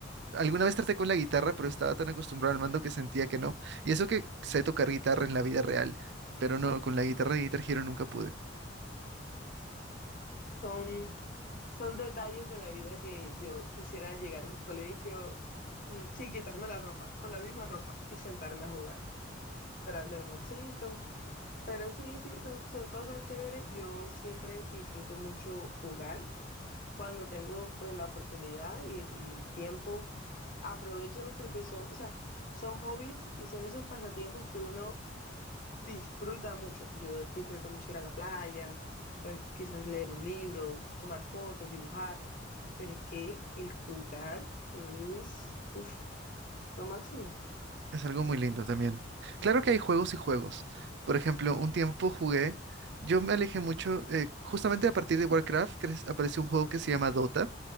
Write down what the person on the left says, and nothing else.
Son, son detalles de la vida que yo quisiera llegar del colegio mm, sin quitarme la ropa, con la misma ropa y sentarme a jugar, esperar mi almuercito. Pero sí, sí, son, son cosas chéveres. Yo siempre disfruto mucho jugar cuando tengo pues la oportunidad y el, y el tiempo. Aprovecho porque son, o sea, son hobbies y son esos pasatiempos que uno disfruta mucho. Yo disfruto mucho ir a la playa, pues quizás leer un libro, tomar fotos, dibujar, pero es que el jugar es, uff, lo máximo.